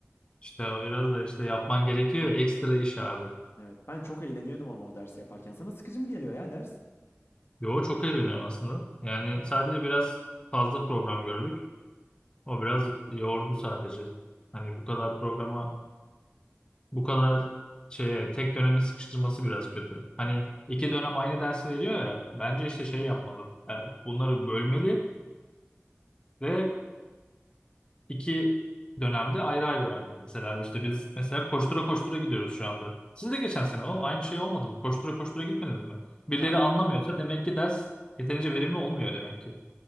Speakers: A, on the left; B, on the left.
A: İşte o biraz da işte yapman gerekiyor ya, ekstra iş abi.
B: Evet. Ben çok eğleniyordum ama o dersi yaparken. Sana sıkıcı mı geliyor ya ders?
A: Yo çok eğleniyorum aslında. Yani sadece biraz fazla program gördük. O biraz yordu sadece. Hani bu kadar programa, bu kadar şeye tek döneme sıkıştırması biraz kötü. Hani iki dönem aynı dersi veriyor ya. Bence işte şey yapmalı. e, Bunları bölmeli ve iki dönemde ayrı ayrı vermeli. Mesela işte biz mesela koştura koştura gidiyoruz şu anda. Siz de geçen sene o aynı şey olmadı mı? Koştura koştura gitmediniz mi?
B: Ya
A: Birileri anlamıyorsa demek ki ders yeterince verimli olmuyor demek ki.